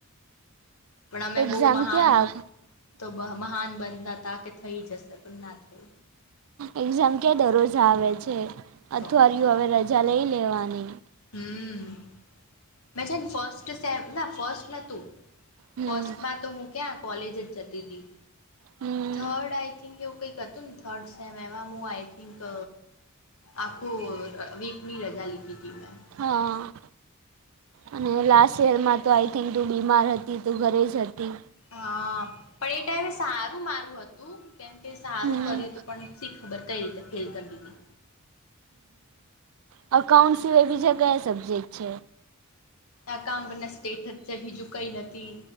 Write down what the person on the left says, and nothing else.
પણ અમે
બહુ મહાન
તો મહાન બનતા હતા કે થઈ જશે પણ ના થયુ
તો
હમ હમ મેં છે ને ફસ્ટ સેમ ના ફસ્ટ નહોતું
ફસ્ટમાં તો હું ક્યાં કોલેજ જ જતી હતી
થર્ડ આઈ થિંક એવું કંઈક હતું ને થર્ડ સેમે એમાં હું આઈ થિંક આખું વીકની રજા લીધી હતી મેં
હા પણ એ ટાઈમે સારું મારું હતું કેમ કે સારું
કર્યું હતું પણી ખબર કઈ રીતે ફેલ કરી દીધી
અકાઉન્ટ ના સ્ટેટસ છે બીજું કઈ નથી